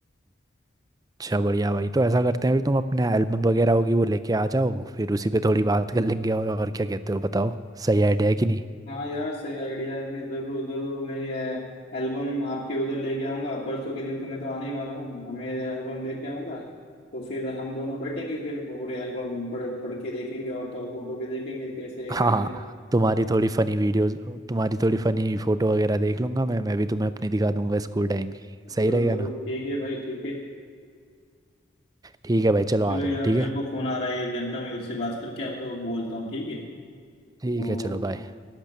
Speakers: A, on the right; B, on the left.
A: अच्छा बढ़िया भाई तो ऐसा करते हैं फिर तुम अपने एल्बम वगैरह होगी वो लेके आ जाओ फिर उसी पे थोड़ी बात कर लेंगे और और क्या कहते हो बताओ सही आइडिया है कि नहीं
B: हाँ यार सही आइडिया है मैं जरूर जरूर मेरी एल्बम आपके उधर लेके आऊंगा परसों के दिन तो मैं तो आने ही वाला हूँ हाँ, मेरे एल्बम लेके आऊंगा तो फिर हम दोनों बैठेंगे फिर पूरे एल्बम पढ़ पढ़ के देखेंगे और तो और फोटो भी देखेंगे कैसे
A: हाँ
B: क्या
A: तुम्हारी थोड़ी फनी वीडियोस तुम्हारी थोड़ी फनी फोटो वगैरह देख लूंगा मैं मैं भी तुम्हें अपनी दिखा दूंगा स्कूल टाइम की सही
B: जरूर
A: रहेगा
B: जरूर
A: ना
B: ठीक है भाई ठीक है
A: ठीक है भाई चलो
B: चलो
A: आ जाओ
B: यार
A: ठीक
B: मेरे
A: है
B: को फोन आ रहा है एक जन का मैं उससे बात करके आपको बोलता हूँ ठीक है तो
A: ठीक है चलो बाय